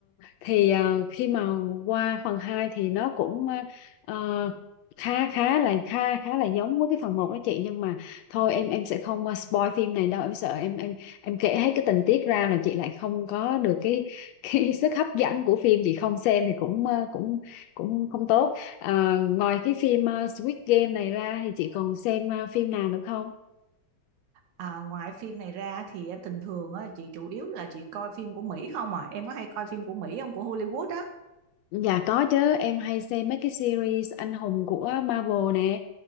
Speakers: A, on the left; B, on the right.
A: thì ờ, khi mà qua phần 2 thì nó cũng ờ, khá khá là khá khá là giống với cái phần một đó chị nhưng mà thôi em em sẽ không ờ, spoil phim này đâu em sợ em em em kể hết cái tình tiết ra là chị lại không có được cái cái <laughs> sức hấp dẫn của phim chị không xem thì cũng ờ, cũng cũng không tốt Ờ, ngoài cái phim ờ, Squid Game này ra thì chị còn xem ờ, phim nào nữa không?
B: À, ngoài phim này ra thì em bình thường á, chị chủ yếu là chị coi phim của Mỹ không à? Em có hay coi phim của Mỹ không? Của Hollywood á?
A: Dạ có chứ, em hay xem mấy cái series anh hùng của Marvel nè,